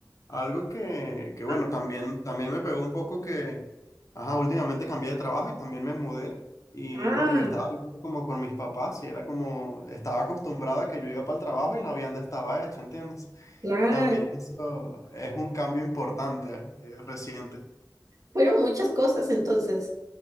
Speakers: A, on the left (about 45°); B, on the right (about 50°).
A: Algo que, que bueno,
B: Ah,
A: también, también me pegó un poco que, ajá, últimamente cambié de trabajo y también me mudé. Y
B: Ah,
A: bueno, yo estaba viviendo como con mis papás y era como, estaba acostumbrada a que yo iba para el trabajo y la vianda estaba hecha, ¿entiendes?
B: claro.
A: También eso es un cambio importante, eh, reciente.
B: Fueron muchas cosas entonces.